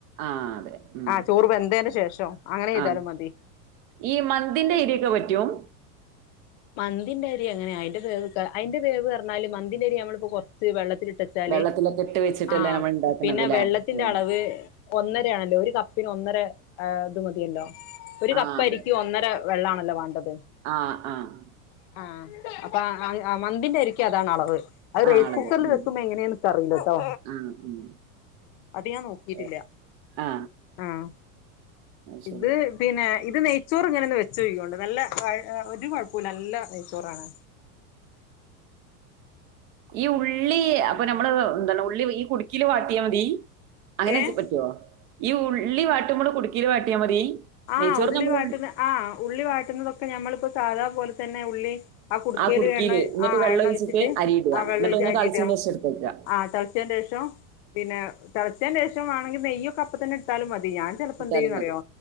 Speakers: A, on the right; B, on the left.
A: ആ അതെ ഉം
B: ആ ചോറ് വെന്തതിന് ശേഷം അങ്ങനെ ചെയ്താലും
A: ആഹ
B: മതി
A: ഈ മന്തിന്റെ അയ്രിയൊക്കെ പറ്റും
B: മന്തിന്റെ അരി അങ്ങനെ അയിന്റെ വേവ് പറഞ്ഞാല് മന്തിന്റെ അരി നമ്മളിപ്പോ കുറച്ച് വെള്ളത്തിൽ ഇട്ട് വെച്ചാല്
A: വെള്ളത്തിലൊക്കെ ഇട്ട് വെച്ചിട്ടല്ലേ
B: ആഹ
A: നമ്മൾ ഉണ്ടാക്കണത്
B: പിന്നെ
A: ല്ലേ
B: വെള്ളത്തിന്റെ
A: അതെ
B: അളവ് ഒന്നര ആണല്ലോ ഒരു കപ്പിന് ഒന്നര ഇത് മതിയല്ലോ ഒരു
A: ആ
B: കപ്പരിക്ക്
A: അതെ
B: ഒന്നര വെള്ളാണല്ലോ വേണ്ടത്
A: ആ ആഹ്
B: ആ അപ്പോ മന്തിന്റെ അരിക്ക് അതാണ് അളവ് അത്
A: ആ
B: റൈസ്
A: അളവ്
B: കുക്കറിൽ
A: ഉം
B: വെക്കുമ്പോ എങ്ങനെയ എനിക്ക് അറിയില്ലട്ടോ
A: ആ ഉം
B: അത് ഞാൻ നോക്കിട്ടില്ല
A: ഓ, ആ
B: ആഹ
A: അത് ശരി
B: ഇത് പിന്നെ ഇത് നെയ്ച്ചോർ ഇങ്ങനെ ഒന്ന് വെച്ചോക്കികെണ്ട് നല്ല ഒരു കുഴ നല്ല നെയ്യ് ചോറ് ചോറാണ്
A: ഇ ഉള്ളി അപ്പൊ നമ്മൾ എന്താണ് ഈ ഉള്ളി കുടുക്കിൽ വാട്ടിയാൽ മതി അങ്ങനെ
B: ഏഹ്
A: വെച്ച പറ്റുവോ ഈ ഉള്ളി വാട്ടുമ്പോൾ കുടുക്കിയയിൽ വാട്ടിയാ മതി
B: ആ
A: നെയ്ച്ചോറ്
B: ഉള്ളി
A: നമ്മൾ
B: വാട്ടന്ന് ആ ഉള്ളി വാട്ടന്ന് ഒക്കെ ഇപ്പോ ഞമ്മളിപ്പോ സാധാ പോലെ തന്നെ ഉള്ളി ആ കുടുക്കേൽ
A: കുടുക്കിയില്
B: എണ്ണ
A: എന്നിട്ട്
B: ആ
A: വെള്ളം
B: എണ്ണ ഒഴിച്ചിട്ട്
A: അരി ഇടുക
B: ആ വെള്ളം
A: എന്നിട്ട്
B: ഒഴിച്ച്
A: ഒന്ന്
B: അരിട
A: തളിച്ചതിന് ശേഷം എടുത്തേക്കുക
B: ആ തളച്ചേൻ്റെ ശേഷം പിന്നെ തിളച്ചന്റെ രേഷം വാണെങ്കിൽ നെയ്യ് അപ്പ തന്നെ എടുത്താലും മതി ഞാൻ ചിലപ്പോ
A: ഇട്ടാലും
B: എന്ത ചെയ്യന്ന്റിയോ
A: മതി